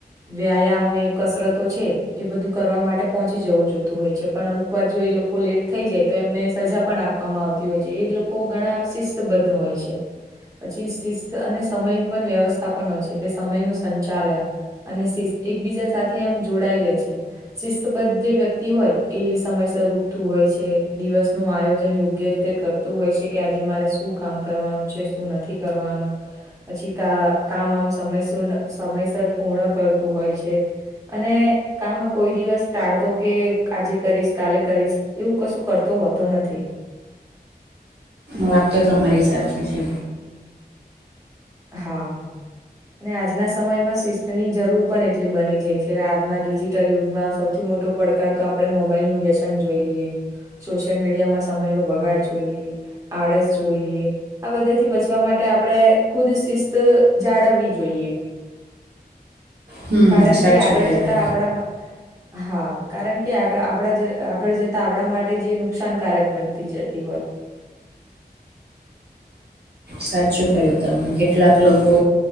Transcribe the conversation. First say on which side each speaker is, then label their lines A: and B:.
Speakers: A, on the right; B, on the right.
A: વ્યાયામ ને કસરતો છે. એ બધું કરવા માટે પહોંચી જવું જોતું હોય છે, પણ અમુક વાર જો એ લોકો લેટ થઈ જાય તો એમને સજા પણ આપે આપવામાં આવતી હોય છે એ લોકો ઘણા શિસ્તબદ્ધ હોય છે. પછી શિસ્ત અને સમયનું પણ વ્યવસ્થા પણ હોય છે એટ સમયનું સંચાલન. અને એકબીજા સાથે આમ જોડાયે લે છે. શિસ્તબદ્ધ જે વ્યક્તિ હોય એ સમયસર ઉઠતું હોય છે દિવસ નું આયોજન યોગ્ય રીતે કરતું તું હોય છે કે આજે મારે શું કામ કરવાનું છે શું નથી કરવાનું. પછી કા કામ આમ સમયસ સમયસર પૂર્ણ કરતું હોય છે. અને કમાં કોઈ દિવસ ટાળતો કે આજે કરીશ કાલે કરીશ એવું કશું કરતો હોતો નથી.
B: વાત તો તમારી સાચી છે.
A: હા. અને આજના સમયમાં શિસ્તની જરૂર પણ એટલી બની જાય છે કે આજના ડિજિટલ યુગમાં સૌથી મોટો પડકાર તો આપણે મોબાઈલ નું વ્યસન જોઈ લઈએ. સોશિયલ મીડિયામાં સમય ન બગાડ જોઈ લઈએ આળસ જોઈ લઈએ, આ બધા થી બચવા માટે આપણે ખુદ શિસ્ત જાળવવી જોઈએ.
B: હમ્મ,
A: કારણ
B: સાચું
A: કે આગળ
B: કહ્યું.
A: જતા આપણા હા કારણ કેડા આગળ જતા આવડા માટે જે નુકસાનકારક બનતી જતી હોય.
B: સાચું કયું તમે કેટલાક લોકો